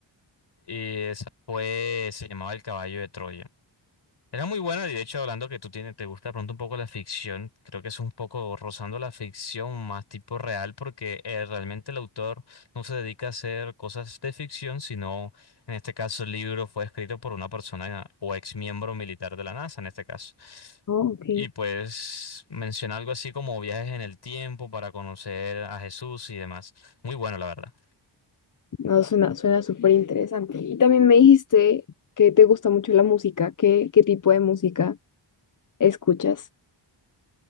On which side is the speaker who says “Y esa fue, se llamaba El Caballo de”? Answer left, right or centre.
Left